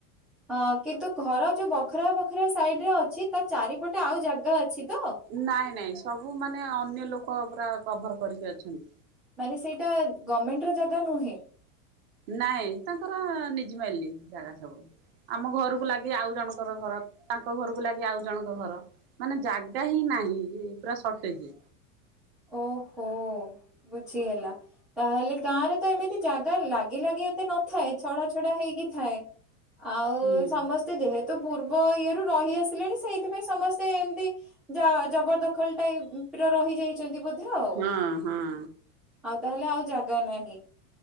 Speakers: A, in the centre; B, on the right.
A: ହଁ କିନ୍ତୁ ଘର ଯୋଉ ବଖରା ବଖରେ ସାଇଡି ରେ ଅଛି ତା ଚାରିପଟେ ଆଉ ଜାଗା ଅଛି ତ?
B: ନାଇଁ ନାଇଁ ସବୁ ମାନେ ଅନ୍ୟ ଲୋକ ପୁରା କଭର କରିକି ଅଛନ୍ତି।
A: ମାନେ ସେଇଟା ଗଭର୍ଣମେଣ୍ଟ ର ଜାଗା ନୁହେଁ।
B: ନାଇଁ ତାଙ୍କର ନିଜ୍‌ ମାଇଲି ଜାଗା ସବୁ। ଆମ ଘରକୁ ଲାଗି ଆଉ ଜଣଙ୍କର ଘର ତାଙ୍କ ଘରକୁ ଲାଗି ଆଉ ଜଣଙ୍କ ଘର। ମାନେ ଜାଗା ହିଁ, ନାହିଁ ପୁରା ସଟେଜେ।
A: ଓହୋ! ବୁଝି ହେଲା ତା, ହେଲେ ଗାଁରେ ତ ଏମିତି ଜାଗା ଲାଗି ଲାଗି ତ ନଥାଏ ଛଡା ଛଡା ହେଇକି ଥାଏ। ଆଉ,
B: ହୁଁ
A: ସମସ୍ତ ଯେହେତୁ ପୂର୍ବ ଇଏ ରୁ ରହି ଆସିଲେଣି, ସେଇଥିପାଇଁ ସମସ୍ତେ ଏମିତି ଯା, ଜବରଦଖଲ ଟାଇ ପ୍ ରହିଯାଇ ଚନ୍ତି ବୋଧ ଆଉ। ଆଉ,
B: ହଁ ହଁ
A: ତାହେଲେ ଆଉ ଜାଗା ନାହିଁ।